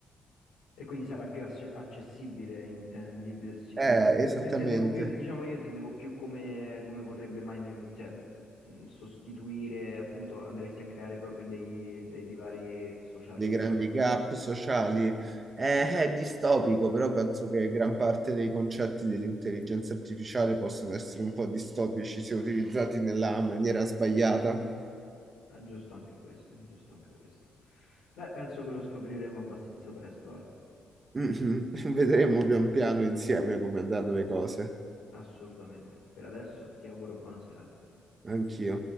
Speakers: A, on the left; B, on the right.
A: E quindi sarà più acce- accessibile, intendi? Eh, Sì.
B: Eh, esattamente,
A: Io intendevo più, diciamo, io intendevo più come, come potrebbe mai, di- cioè, mh, sostituire, appunto, andresti a creare proprio dei, dei divari sociali
B: dei
A: enormi.
B: grandi gap sociali. Eh,
A: Sì.
B: è distopico, però penso che gran parte dei concetti dell'intelligenza artificiale possono essere un po' distopici se utilizzati nella maniera sbagliata.
A: Ah, giusto anche questo, giusto anche questo. Beh, penso che lo scopriremo abbastanza presto, Ale.
B: Mhm. <laughs> Vedremo pian piano insieme come andranno le cose.
A: Assolutamente. Per adesso ti auguro buona serata.
B: Anch'io.